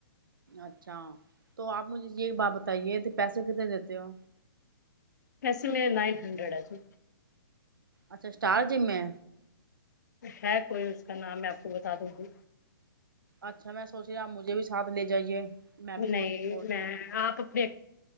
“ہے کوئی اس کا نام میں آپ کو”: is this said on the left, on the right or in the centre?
Left